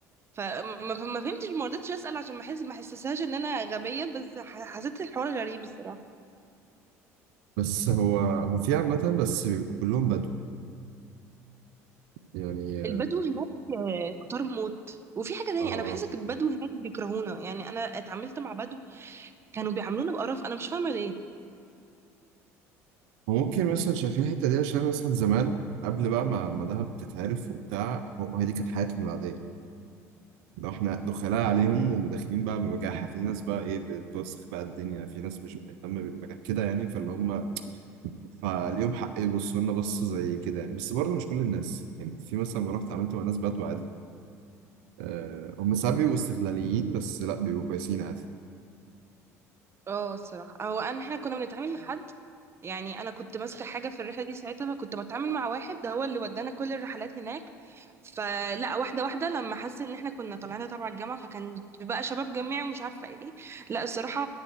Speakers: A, on the right; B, on the right.
A: فما ما فهمتش ما رضيتش اسال عشان ما احس ما احسسهاش ان انا غبيه بس ح- حسيت الحوار غريب الصراحه
B: بس هو هو في عامه بس بيبقوا كلهم بدو يعني
A: البدو هناك آه، كتار موت وفي حاجة تانية
B: اه
A: أنا بحس إن البدو هناك بيكرهونا يعني أنا اتعاملت مع بدو كانوا بيعاملونا بقرف أنا مش فاهمة ليه
B: هو ممكن مثلا شايفين الحته دي عشان مثلا زمان قبل بقى ما ما دهب تتعرف وبتاع هو هي دي كانت حياتهم العاديه لو احنا دخلاء عليهم وداخلين بقى بمجاحة في ناس بقى ايه بتوسخ بقى الدنيا في ناس مش بتهتم بالمجاح كده يعني فاللي هم فاليوم حق يبصوا لنا بص زي كده يعني بس برضه مش كل الناس يعني في مثلا ما رحت عملت مع ناس بدو عادي أه هم ساعات بيبقوا استغلاليين بس لا بيبقوا كويسين عادي
A: اه الصراحة هو أنا احنا كنا بنتعامل مع حد يعني أنا كنت ماسكة حاجة في الرحلة دي ساعتها فكنت بتعامل مع واحد ده هو اللي ودانا كل الرحلات هناك فلا واحدة واحدة لما حس إن احنا كنا طالعين تبع الجامعة فكان بقى شباب جامعي ومش عارفة ايه لا الصراحة